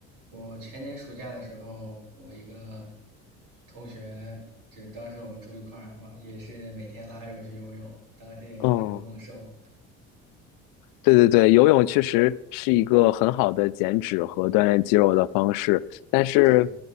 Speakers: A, on the right; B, on the left.
A: 我前年暑假的时候，我一个同学，就是当时我们住一块儿，哇，也是每天拉着我去游泳，当时也是猛猛瘦。
B: 嗯。对对对，游泳确实是一个很好的减脂和锻炼肌肉的方式，但是
A: 对，